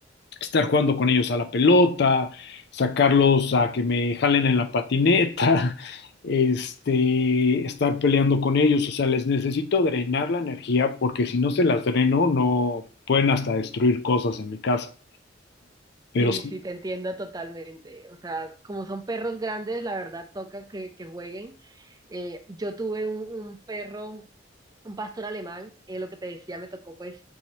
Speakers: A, on the left (about 60°); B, on the right (about 20°).
A: estar jugando con ellos a la pelota, sacarlos a que me jalen en la patineta, <laughs> este, estar peleando con ellos, o sea, les necesito drenar la energía porque si no se las dreno, no pueden hasta destruir cosas en mi casa. Pero
B: Sí,
A: sí,
B: sí, te entiendo totalmente. O sea, como son perros grandes, la verdad toca que, que jueguen. Eh, yo tuve un, un perro un pastor alemán, eh, lo que te decía, me tocó pues